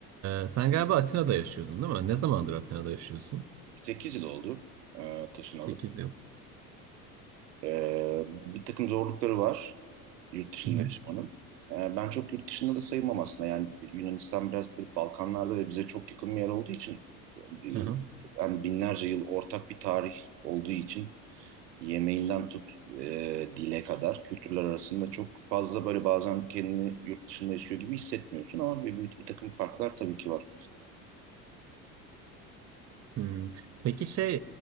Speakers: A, on the right (about 35°); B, on the right (about 80°).
A: E, sen galiba Atina'da yaşıyordun değil mi? Ne zamandır Atina'da yaşıyorsun?
B: 8 yıl oldu e, taşınalı.
A: 8 yıl.
B: E, bir takım zorlukları var yurt dışında
A: Hı hı.
B: yaşamanın. E, ben çok yurt dışında da sayılmam aslında. Yani Yunanistan biraz bir Balkanlarda ve bize çok yakın bir yer olduğu için e,
A: Hı hı.
B: yani binlerce yıl ortak bir tarih olduğu için yemeğinden tut e, dile kadar kültürler arasında çok fazla böyle bazen kendini yurt dışında yaşıyor gibi hissetmiyorsun ama bir, bir, bir takım farklar tabii ki var.
A: Hmm. Peki şey